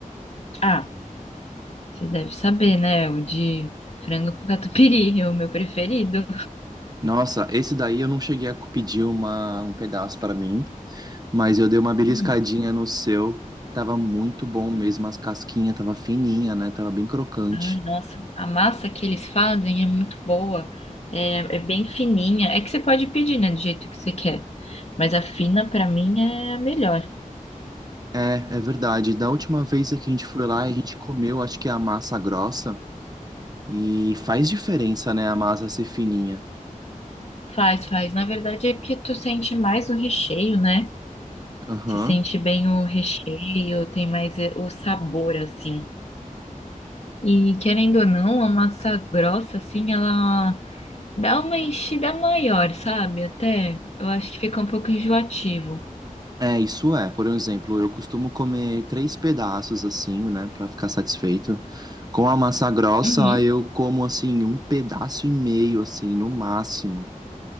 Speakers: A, on the left (about 50°); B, on the right (about 30°).
A: Ah, você deve saber, né? O de frango com catupiry, <laughs> é o meu preferido.
B: Nossa, esse daí eu não cheguei a pedir uma, um pedaço para mim, mas eu dei uma beliscadinha
A: Hum,
B: no seu. Tava muito bom mesmo, as casquinhas tava fininha, né? Tava bem crocante.
A: ai, nossa, a massa que eles fazem é muito boa. É, é bem fininha. É que você pode pedir, né, do jeito que você quer. Mas a fina, pra mim, é a melhor.
B: É, é verdade. Da última vez que a gente foi lá, a gente comeu, acho que a massa grossa. E faz diferença, né, a massa ser fininha.
A: Faz, faz. Na verdade é porque tu sente mais o recheio, né?
B: Aham.
A: Se sente bem o recheio, tem mais eh, o sabor, assim. E querendo ou não, a massa grossa, assim, ela dá uma enchida maior, sabe? Até eu acho que fica um pouco enjoativo.
B: É, isso é. Por exemplo, eu costumo comer três pedaços assim, né, Pra ficar satisfeito. Com a massa grossa,
A: Uhum.
B: aí eu como assim um pedaço e meio assim, no máximo.